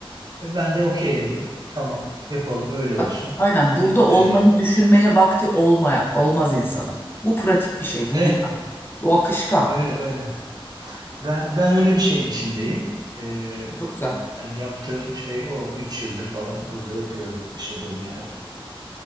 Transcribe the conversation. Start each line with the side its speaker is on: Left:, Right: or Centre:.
Right: E, ben de okey dedim. Tamam, yapalım öyle olsun.
Left: A- Aynen burada olmayı
Right: E,
Left: düşünmeye vakti olmaya olmaz insanın. Bu pratik bir şey, bu
Right: eh,
Left: güzel. Bu akışkan.
Right: öyle öyle. Ben ben öyle bir şeyin içindeyim. E,
Left: Çok güzel.
Right: yani yaptığım şey o. üç yıldır falan burada yapıyorum yaşadığım yerde.